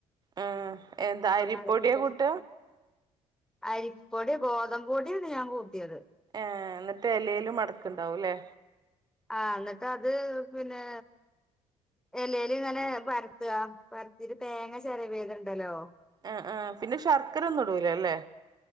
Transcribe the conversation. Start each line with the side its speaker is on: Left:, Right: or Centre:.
Right: ആഹ് എന്താ അരിപ്പൊട്യാ
Centre: അടിപ്പിച്ച്
Right: കൂട്ട
Centre: അരിപ്പൊടി ഗോതമ്പ് പൊടിയാണ് ഞാൻ കൂട്ടിയത്
Right: ഏഹ് ഇന്നിട്ട് എലേല് മടക്ക്ണ്ടാവുംലെ
Centre: ആഹ് ഏന്നട്ട് അത് പിന്നെ എലേല് ഇങ്ങനെ പരത്ത പരത്തീട്ട് തേങ്ങ ചെരവിയത് ഇണ്ടല്ലോ
Right: ആഹ് ആഹ് പിന്ന ശർക്കര ഒന്നും ഇടൂലല്ലെ